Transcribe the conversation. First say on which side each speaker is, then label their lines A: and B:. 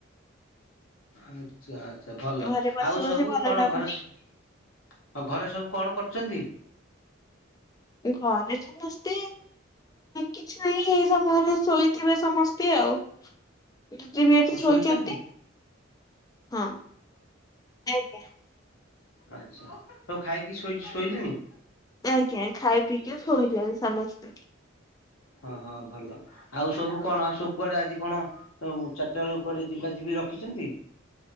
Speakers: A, on the left; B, on the left.
A: ଆଚ୍ଛା ଆଛା ଭଲ
B: ଘରେ ବସି
A: ଆଉ
B: ବସି
A: ସବୁ
B: ଭଲ
A: କଣ
B: ଲାଗୁନି
A: ଘରେ ସ ଆଉ ଘରେ ସବୁ କଣ କରୁଚନ୍ତି?
B: ଘରେ ସମସ୍ତେ କିଛି ନାଇଁ ଏଇ ସମୟରେ ଶୋଇଥିବେ ସମସ୍ତେ ଆଉ ଦିଦି ବି ଏଠି
A: ଆଉ
B: ଶୋଇଚନ୍ତି,
A: ଶୋଇଛନ୍ତି
B: ହଁ, ଆଜ୍ଞା।
A: ଆଛା ସବୁ ଖାଇକି ଶୋଇ ଶୋଇଲେଣି?
B: ଆଜ୍ଞା ଖାଇ ପିଇକି ଶୋଇଲେଣି ସମସ୍ତେ।
A: ହଁ ହଁ ଭଲ। ଆଉ ସବୁ କଣ ଆ ସବୁ କୁଆଡେ ଆଜି କଣ ଚାରଟା ବେଳକୁ କୁଆଡେ ଯିବା ଯିବି ରଖିଚନ୍ତି?